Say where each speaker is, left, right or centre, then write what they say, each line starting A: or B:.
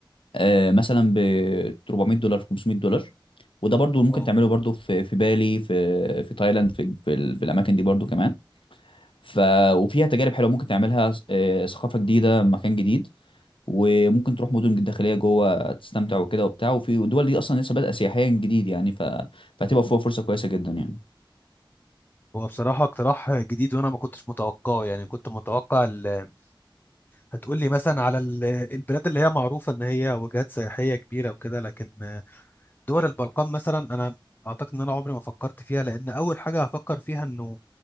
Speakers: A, on the left; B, on the left.
A: آه، مثلا ب 400 دولار 500 دولار وده برضو ممكن
B: اه
A: تعمله برضو في في بالي في في تايلاند في في, ال- في الأماكن دي برضو كمان ف وفيها تجارب حلوة ممكن تعملها آه، ثقافة جديدة مكان جديد وممكن تروح مدن داخليه جوه تستمتع وكده وبتاع وفي دول دي اصلا لسه بادئه سياحيا جديد يعني ف... فهتبقى فيها فرصه كويسه جدا يعني
B: هو بصراحة اقتراح جديد وأنا ما كنتش متوقعه يعني كنت متوقع ال- هتقول لي مثلا على ال- البلاد اللي هي معروفة إن هي وجهات سياحية كبيرة وكده لكن دول البلقان مثلا أنا أعتقد إن أنا عمري ما فكرت فيها لأن أول حاجة هفكر فيها إنه